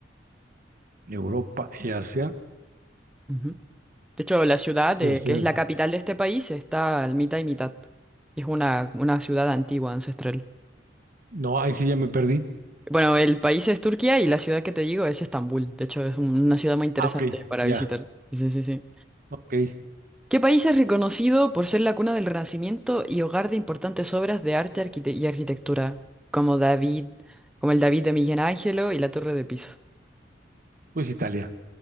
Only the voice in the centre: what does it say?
Ujú. De hecho, la ciudad,
eh,
que es la capital de este país, está al mitad y mitad. Es una, una ciudad antigua, ancestral.
Bueno, el país es Turquía y la ciudad que te digo es Estambul. De hecho, es un- una ciudad muy interesante
para
visitar. Sí, sí, sí.
¿Qué país es reconocido por ser la cuna del Renacimiento y hogar de importantes obras de arte arquite- y arquitectura, como David, como el David de Miguel Ángelo y la Torre de Pisa?